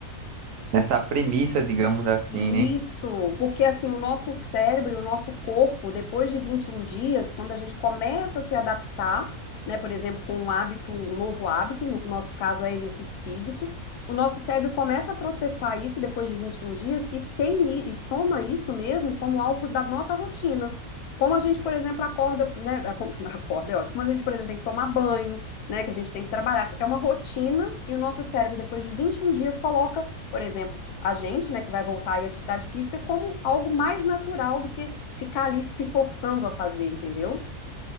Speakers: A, on the right; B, on the left.
A: nessa premissa, digamos assim,
B: Isso,
A: né?
B: porque assim, o nosso cérebro, o nosso corpo, depois de 21 dias, quando a gente começa a se adaptar, né, por exemplo, com um hábito, um novo hábito, no nosso caso é exercício físico, o nosso cérebro começa a processar isso depois de 21 dias e tem i- e toma isso mesmo como algo da nossa rotina. Como a gente, por exemplo, acorda, né, acon- <laughs> acorda é ótimo, como a gente, por exemplo, tem que tomar banho, né, que a gente tem que trabalhar, é uma rotina e o nosso cérebro depois de 21 dias coloca por exemplo, a gente, né, que vai voltar aí à atividade física, como algo mais natural do que ficar ali se forçando a fazer, entendeu?